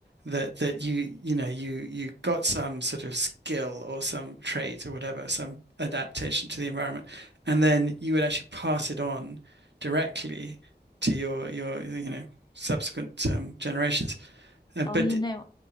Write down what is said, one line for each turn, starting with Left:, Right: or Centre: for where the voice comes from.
Right: that that you you know you you got some sort of skill or some trait or whatever, some adaptation to the environment, and then you would actually pass it on directly to your your you know subsequent um, generations. Uh,
Left: oh,
Right: but
Left: you know,